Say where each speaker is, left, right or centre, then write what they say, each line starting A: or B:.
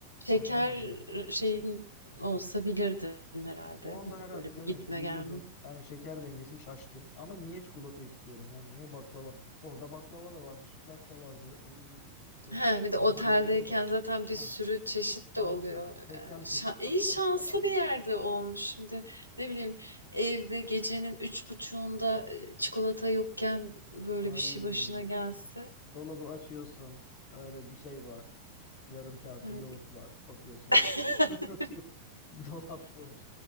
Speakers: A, on the left; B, on the left.
A: Şeker
B: anlamadım.
A: şeyin olsa bilirdin herhalde
B: O anda
A: Hani
B: herhalde
A: böyle
B: demek
A: bir gitme
B: ki vücudun
A: gelme.
B: yani şeker dengesi şaştı. Ama niye çikolata istiyorum yani niye baklava? Orada baklava da vardı, sütlaç da vardı. Ne bileyim işte
A: He, bir de oteldeyken
B: muhallebi de var.
A: zaten
B: Ha,
A: bir sürü çeşit
B: aynen.
A: de oluyor.
B: 80
A: Yani
B: çeşit
A: şa
B: tat
A: iyi
B: yapmış
A: şanslı
B: adamlar.
A: bir yerde olmuş. Şimdi ne bileyim evde gecenin üç buçuğunda e, çikolata yokken böyle
B: Ay,
A: bir şey başına gelse.
B: dolabı açıyorsun. Öyle bir şey var. Yarım kase
A: He.
B: yoğurt var. Bakıyorsun
A: <laughs>
B: hiçbir şey. yok. <laughs> Dolap boş.